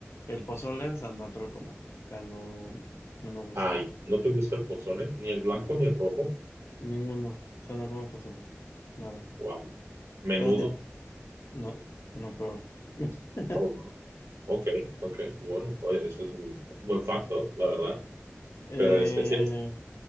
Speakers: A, on the left (about 65°); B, on the right (about 70°).
A: el pozole, o sea, no te lo como, o sea, no, no me gusta,
B: Ay, ¿no te gusta el pozole? Ni el blanco
A: Ujú.
B: ni el rojo.
A: ninguno, o sea, no como pozole, nada. O
B: Wow. Menudo.
A: sea, tip- no, no, peor. <laughs>
B: Oh, no. Ok, ok. Bueno, oye, eso es un, es un buen facto, la verdad.
A: Eh,
B: Pero especias.